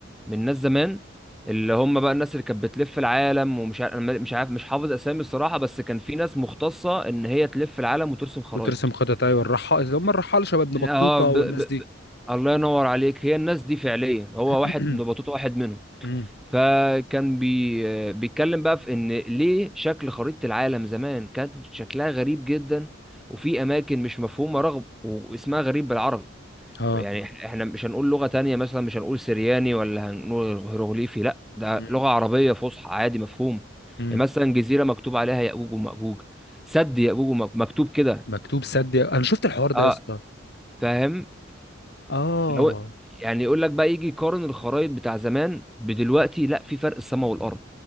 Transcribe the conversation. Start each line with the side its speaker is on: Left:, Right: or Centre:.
Centre: من ناس زمان اللي هم بقى الناس اللي كانت بتلف العالم ومش عارف مش عارف مش حافظ اسامي الصراحة بس كان في ناس مختصة ان هي تلف العالم وترسم خرايط
Left: وترسم خطط ايوه الرحال اللي هم الرحال شباب ابن بطوطه
Centre: اه ب...
Left: والناس
Centre: ب...
Left: دي
Centre: ب... الله ينور عليك هي الناس دي فعليا هو
Left: <clears throat>
Centre: واحد من بطوطة واحد منهم
Left: امم
Centre: فكان بي... بيتكلم بقى في ان ليه شكل خريطة العالم زمان كان شكلها غريب جدا وفي اماكن مش مفهومة رغم واسمها غريب بالعربي
Left: اه
Centre: يعني إح- احنا مش هنقول لغة تانية مثلا مش هنقول سرياني ولا هنقول هيروغليفي لا ده
Left: امم
Centre: لغة عربية فصحى عادي مفهوم
Left: امم
Centre: يعني مثلا جزيرة مكتوب عليها يأجوج ومأجوج سد يأجوج ومأجوج مكتوب كده
Left: مكتوب سد انا شفت الحوار ده
Centre: اه
Left: يا اسطى
Centre: فاهم
Left: اه
Centre: لو يعني يقول لك بقى يجي يقارن الخرايط بتاع زمان بدلوقتي لا في فرق السماء والارض